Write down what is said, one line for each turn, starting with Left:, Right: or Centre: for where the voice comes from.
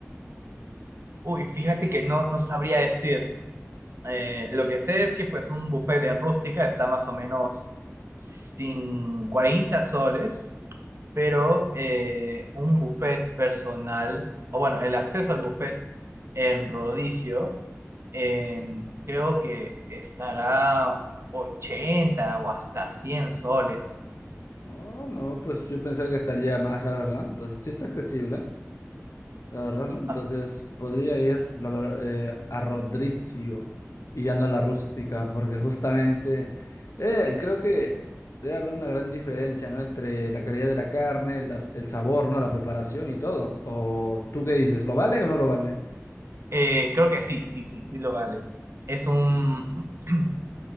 Right: Uy, fíjate que no, no sabría decir. Eh, lo que sé es que pues un buffet en rústica está más o menos sin 40 soles, pero eh, un buffet personal, o bueno, el acceso al buffet en Rodicio, en- creo que estará 80 o hasta 100 soles.
Left: Oh, no, pues yo pensaba que estaría más, la verdad. Entonces, sí está accesible, la verdad, ¿no? Entonces,
Right: Ah,
Left: podría ir la ver- eh, a Rodricio y ya no a la rústica, porque justamente eh, creo que debe haber una gran diferencia, ¿no? Entre la calidad de la carne, las, el sabor, ¿no? La preparación y todo. ¿O tú qué dices? ¿Lo vale o no lo vale?
Right: eh, creo que sí, sí, sí, sí lo vale. Es un, <clears throat>